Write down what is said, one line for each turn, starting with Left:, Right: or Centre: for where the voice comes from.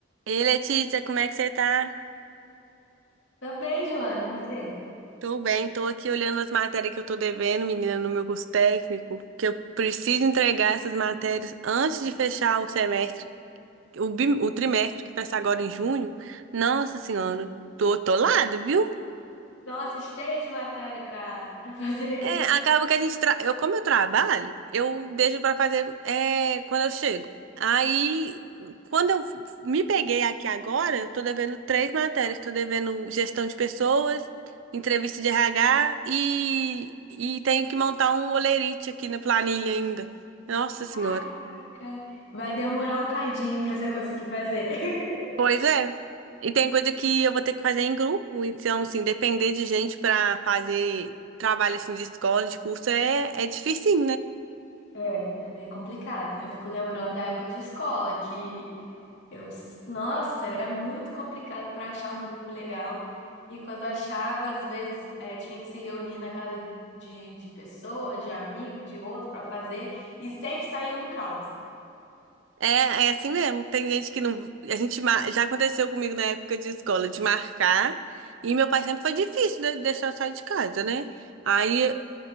Right: Ei, Letícia, como é que você tá?
Left: Tô bem, Joana, e você?
Right: Tô bem, tô aqui olhando as matérias que eu tô devendo, menina, no meu curso técnico, que eu preciso entregar essas matérias antes de fechar o semestre, o, bim- o trimestre que fecha agora em junho. Nossa Senhora, tô atolada, viu?
Left: Nossa, cheia de matéria pra, pra fazer. <laughs>
Right: É, acaba que a gente tra... eu como eu trabalho, eu deixo pra fazer é, quando eu chego. Aí, quando eu f- me peguei aqui agora, eu tô devendo três matérias, tô devendo gestão de pessoas, entrevista de RH e e tenho que montar um holerite aqui na planilha ainda. Nossa Senhora.
Left: Caraca! Vai demorar um cadinho pra você conseguir fazer. <laughs>
Right: Pois é. E tem coisa que eu vou ter que fazer em grupo, então assim, depender de gente pra fazer trabalho assim de escola, de curso é é difícil,
Left: É, é bem complicado. Eu fico lembrando da época de escola, que eu, nossa, era muito complicado pra achar um grupo legal. E quando achava, às vezes, eh, tinha que se reunir na casa de, de pessoa, de amigo, de outro pra fazer, e sempre saía um caos.
Right: É, é assim mesmo. Tem gente que não. A gente mar- já aconteceu comigo na época de escola de marcar. E meu pai sempre foi difícil de deixar eu sair de casa, né? Aí,